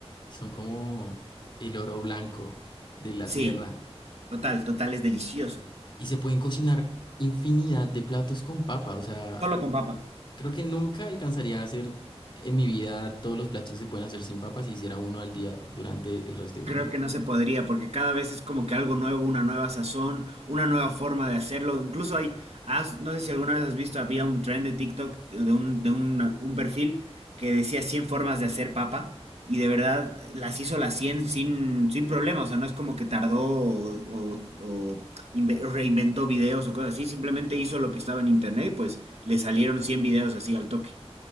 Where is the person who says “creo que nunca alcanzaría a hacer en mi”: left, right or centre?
Left